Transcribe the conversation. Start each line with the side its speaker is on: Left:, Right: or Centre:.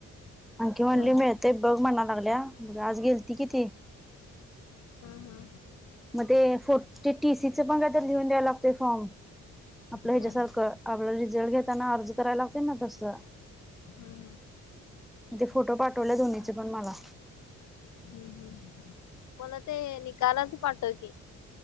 Centre: अंकी म्हणली
Left: होय.
Centre: मिळतेय बघ म्हणा लागल्या, आज गेल ती किती.
Left: हम हम.
Centre: मग ते फो ते टीसीचं पण का तर लिहून द्याय लागत फॉर्म आपलं
Left: होय
Centre: ह्याच्यासारखं.
Left: हा हा
Centre: आपला रिझल्ट घेताना अर्ज करायला लागतील ना तसं.
Left: हम हम.
Centre: ते फोटो पाठवले दोनीचे पण मला.
Left: हम्म हम् मला ते निकालाच पाठव की.